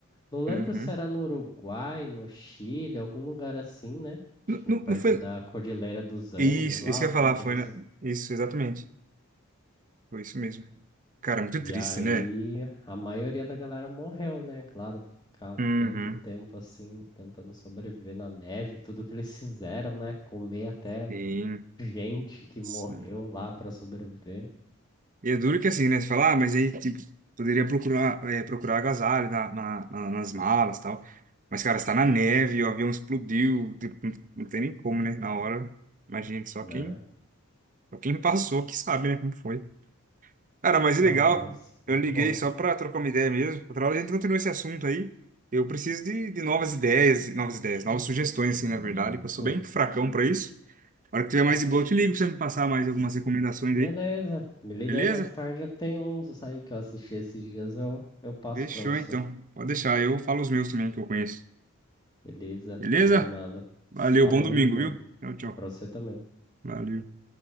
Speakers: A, on the left; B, on the right.
A: Não lembro
B: Uhum.
A: se era no Uruguai, no Chile, algum lugar assim, né? Tipo,
B: Não, não,
A: perto
B: não foi.
A: da Cordilheira dos Andes
B: Isso,
A: lá,
B: isso
A: alguma
B: que eu ia falar
A: coisa
B: foi.
A: assim.
B: na- Isso, exatamente. Foi isso mesmo. Cara, muito
A: E
B: triste,
A: aí,
B: né?
A: a maioria da galera morreu, né? Claro, ficar
B: Uhum.
A: tanto tempo assim, tentando sobreviver na neve, tudo que eles <laughs> fizeram, né? Comer até
B: Sim,
A: gente que
B: sim.
A: morreu lá para sobreviver,
B: E é duro que assim, né? Você fala, ah, mas aí, tipo, poderia procurar, é, procurar agasalho na, na, na- nas malas e tal. Mas, cara, você tá na neve, o avião explodiu, tipo, não não tem nem como, né? Na hora. Imagina, só
A: né?
B: quem, só quem passou que sabe, né? Como foi. Cara,
A: Bizarro,
B: mas é legal.
A: mas muito
B: Eu liguei
A: bom.
B: só pra trocar uma ideia mesmo. Outra hora a gente continua esse assunto aí. Eu preciso de, de novas ideias, novas ideias, novas sugestões, assim, na verdade, que eu sou
A: Hum.
B: bem fracão pra isso. A hora que tiver mais de boa, eu te ligo pra você me passar mais algumas recomendações
A: Beleza,
B: aí.
A: me liga
B: Beleza?
A: aí mais tarde, eu tenho uns aí que eu assisti esses dias, eu, eu passo
B: Fechou,
A: para você.
B: então. Pode deixar, eu falo os meus também que eu conheço.
A: Beleza,
B: Beleza?
A: combinado.
B: Valeu,
A: Falou,
B: bom domingo,
A: mano.
B: viu? Tchau, tchau.
A: Pra você também.
B: Valeu.